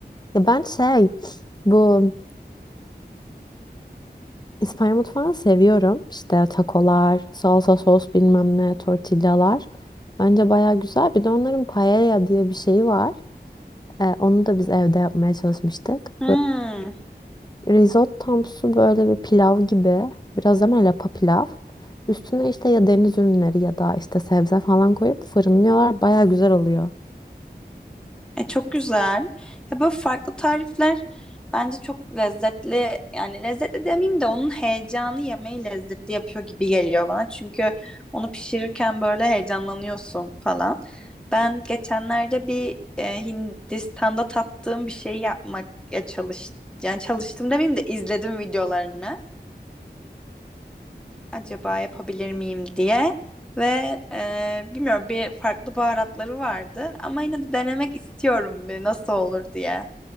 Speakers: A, on the left; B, in the centre.
A: Ya ben şey bu İspanya mutfağını seviyorum. İşte takolar, salsa sos bilmem ne, tortillalar. Bence baya güzel. Bir de onların paella diye bir şeyi var. Ee, onu da biz evde yapmaya çalışmıştık.
B: Hmm,
A: Böyle risottomsu böyle bir pilav gibi. Biraz ama lapa pilav. Üstüne işte ya deniz ürünleri ya da işte sebze falan koyup fırınlıyorlar. Baya güzel oluyor.
B: e, çok güzel. Ya böyle farklı tarifler bence çok lezzetli. Yani lezzetli demeyeyim de onun heyecanı yemeği lezzetli yapıyor gibi geliyor bana. Çünkü onu pişirirken böyle heyecanlanıyorsun falan. Ben geçenlerde bir e, Hindistan'da tattığım bir şey yapmak ya çalış yani çalıştım demeyeyim de izledim videolarını. acaba yapabilir miyim diye ve e, bilmiyorum bir farklı baharatları vardı ama yine de denemek istiyorum bir nasıl olur diye.